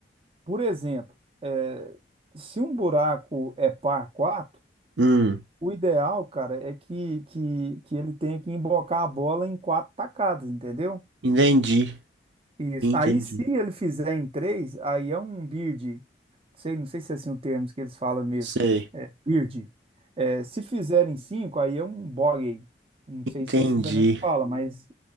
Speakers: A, on the right (about 30°); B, on the right (about 80°).
A: Por exemplo, é, se um buraco é par 4,
B: Hum,
A: o ideal, cara, é que, que, que ele tenha que embocar a bola em quatro tacadas, entendeu?
B: entendi,
A: Isso.
B: entendi.
A: Aí, se ele fizer em três, aí é um bird. Sei, não sei se é assim o termo que eles falam mesmo.
B: Sei,
A: É, bird. É, se fizer em cinco, aí é um bogey. Não sei
B: entendi.
A: se é assim também que fala, mas